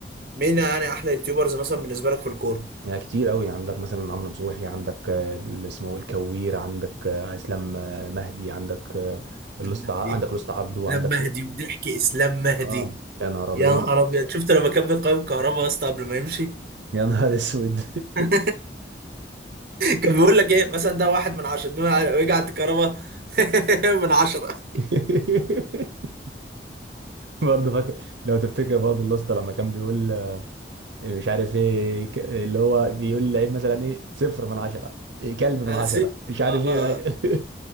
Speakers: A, on the right; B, on the right.
A: مين يعني احلى يوتيوبرز مثلا بالنسبة لك في الكورة؟
B: يعني كتير قوي عندك مثلا عمرو نصوحي عندك آه، اللي اسمه الكوير عندك آه، إسلام آه، مهدي عندك آه، الأسطى
A: لم مهدي
B: ع- عندك الأسطى عبده
A: لم
B: عندك
A: مهدي وضحك اسلام مهدي
B: آه يا نهار أبيض
A: يا نهار ابيض شفت لما كان بيقيم كهربا يا اسطى قبل ما يمشي
B: يا نهار أسود
A: <laughs> كان بيقول لك ايه مثلا ده واحد من عشرة ويجي عند كهربا <laughs> من عشرة
B: <laughs> برضه فاكر لو تفتكر برضه الأسطى لما كان بيقول آه، مش عارف إيه ك- اللي هو بيقول لعيب مثلا إيه صفر من عشرة إيه كلب من
A: آه،
B: عشرة
A: سيب
B: مش عارف
A: آه،
B: إيه من عشرة
A: آه،
B: <laughs>